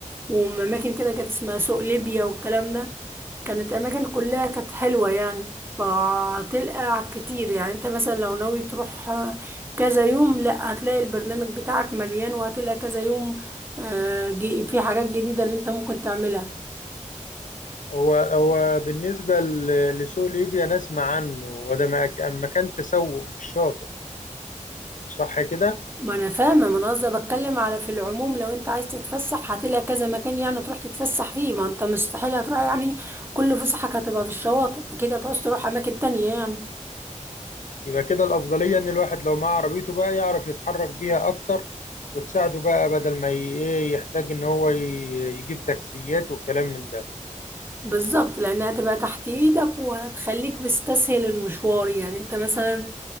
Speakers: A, on the right; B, on the left.
A: واماكن كده كانت اسمها سوق ليبيا والكلام ده كانت اماكن كلها كانت حلوه يعني فهتلقى كتير يعني انت مثلا لو ناوي تروح كذا يوم لا هتلاقي البرنامج بتاعك مليان وهتلاقي كذا يوم آه، جي- في حاجات جديده اللي انت ممكن تعملها
B: هو هو بالنسبه ل- لسوق ليبيا نسمع عنه وده مك- مكان تسوق مش شاطئ صح كده
A: ما انا فاهمه ما انا قصدي بتكلم على في العموم لو انت عايز تتفسح هتلاقي كذا مكان يعني تروح تتفسح فيه ما انت مستحيل هتروح يعني كل فسحك هتبقى في الشواطئ اكيد هتعوز تروح اماكن تانية يعني
B: يبقى كده الأفضلية إن الواحد لو معاه عربيته بقى يعرف يتحرك بيها أكتر وتساعده بقى بدل ما ي- إيه يحتاج إن هو ي- يجيب تاكسيات والكلام من ده
A: بالظبط لانها هتبقى تحت ايدك وهتخليك بتستسهل المشوار يعني انت مثلا